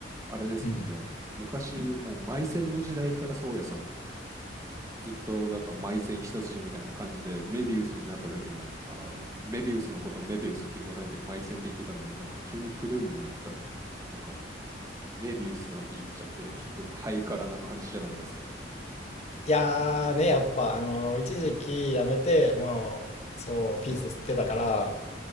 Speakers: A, on the right; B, on the left.
A: あれですもんね、
B: うん。
A: 昔、もうマイセンの時代から宗谷さん、ずっとなんかマイセン一筋みたいな感じで、メビウスになった時も、あー、メビウスのことをメビウスって言わないでマイセンって言ってたのに、なんか急にプルームになったら、なんかメビウスなんて言っちゃって、ちょっとハイカラな感じじゃないですか。
B: いやーね、やっぱ、あの、一時期やめて、もう、そう、ピース吸ってたから、